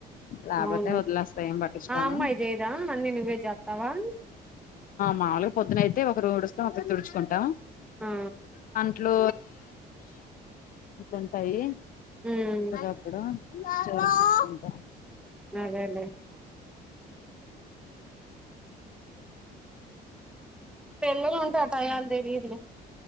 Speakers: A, on the left (about 55°); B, in the centre.
A: లాభతే
B: అవునులే
A: వదిలస్త ఏం పట్టించుకోన
B: ఆ అమ్మాయి చేయదా అన్ని నువ్వే చేస్తావా
A: మాూలుగా పొద్దున అయితే ఒకరు ఉడుస్తాం ఒకరు తుడుచుకుంటాం
B: ఆ
A: ట్లు ఉంటాయి
B: ఉమ్
A: ఇప్పుడు మ <unintelligible>
B: అదే అదే పెళ్లలు ఉంటా టయాల్ తెలీదులే